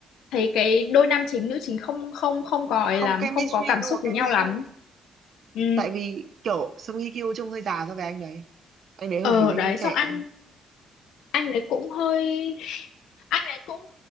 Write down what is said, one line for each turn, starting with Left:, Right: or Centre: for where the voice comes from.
Left: thấy cái đôi nam chính nữ chính không không không có ấy
Right: không
Left: lắm
Right: chemistry
Left: không có cảm
Right: không
Left: xúc
Right: có chemistry
Left: với nhau lắm ừ
Right: tại vì kiểu Song Hye Kyo trông hơi già so với anh đấy anh đấy
Left: ờ
Right: hợp với diễn
Left: đấy
Right: viên trẻ
Left: xong ăn
Right: hơn
Left: anh đấy cũng hơi anh đấy cũng